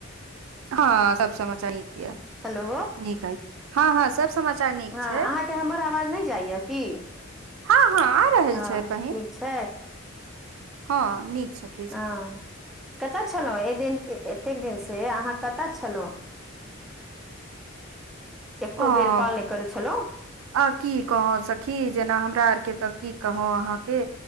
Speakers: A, on the right; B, in the centre.
A: हँ सब समाचार नीक य
B: हेलो
A: नीक हइ हँ हँ सब समाचार नीक
B: हँ
A: छै
B: अहाँके हमर आवाज नहि जाइय की
A: हँ हँ आ रहल
B: हँ
A: छै बहिन
B: नीक छै
A: हँ निक छथिन
B: ह कतय छलहुँ एहि दिन एतेक दिन से अहाँ कतय छलहुँ एको
A: अ
B: बेर कॉल नहि करै छलौ
A: आ की कहो सखी जेना हमरा आर के तऽ की कहो अहाँके